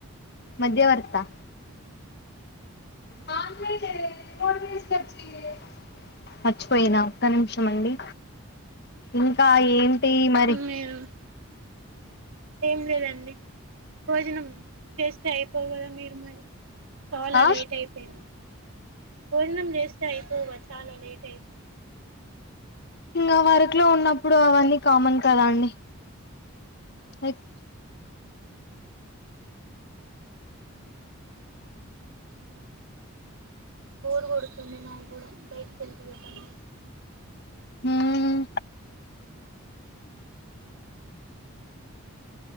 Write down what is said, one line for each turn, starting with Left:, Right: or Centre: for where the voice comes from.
Left: మధ్యవర్తా మాట్లాడే రిమోట్ తీసుకొచ్చియే మర్చిపోయినా ఒక్క నిమిషండి ఇంకా ఏంటి మరి
Right: నేను ఏం లేదండి భోజనం చేస్తే అయిపోవుగా మీరు మరి చాలా
Left: ఆ
Right: లేట్ అయిపోయింది భోజనం చేస్తే అయిపోవుగా చాలా లేటయింది
Left: ఇంకా వర్కులో ఉన్నప్పుడు అవన్నీ కామన్ కదా అండి లైక్
Right: బోరు కొడుతుంది నాకు కూడ బయటికెల్త ఎటన్న
Left: మ్మ్